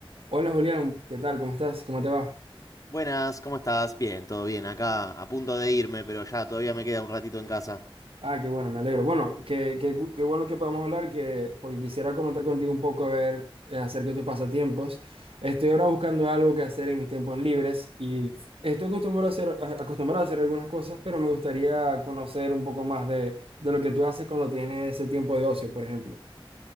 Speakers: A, on the right; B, on the left.
A: Hola Julián, ¿qué tal? ¿Cómo estás? ¿Cómo te va?
B: Buenas, ¿cómo estás? Bien, todo bien. Acá a punto de irme, pero ya todavía me queda un ratito en casa.
A: Ah, qué bueno, me alegro. Bueno, qué, qué gu- qué bueno que podamos hablar, que, porque quisiera comentar contigo un poco a ver, eh, acerca de tus pasatiempos. Estoy ahora buscando algo que hacer en mis tiempos libres y estoy acostumbrado a hacer, a- acostumbrado a hacer algunas cosas, pero me gustaría conocer un poco más de, de lo que tú haces cuando tienes ese tiempo de ocio, por ejemplo.